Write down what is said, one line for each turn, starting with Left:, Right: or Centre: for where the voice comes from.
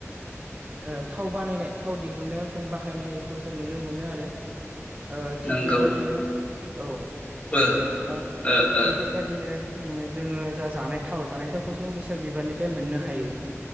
Right: ओ थाव बानायनाय थाव दिहुननायाव जों बाहायनाय खौ जों नुनो मोनो आरो ओ
Left: नंगौ
Right: थिग बेबादिनो औ
Left: ओ
Right: औ
Left: ओ ओ
Right: थिग बेबादिनो उम जोङो जा जानाय थाव जानाय थावखौ जों बिसोर बिबारनिफ्राय मोननो हायो।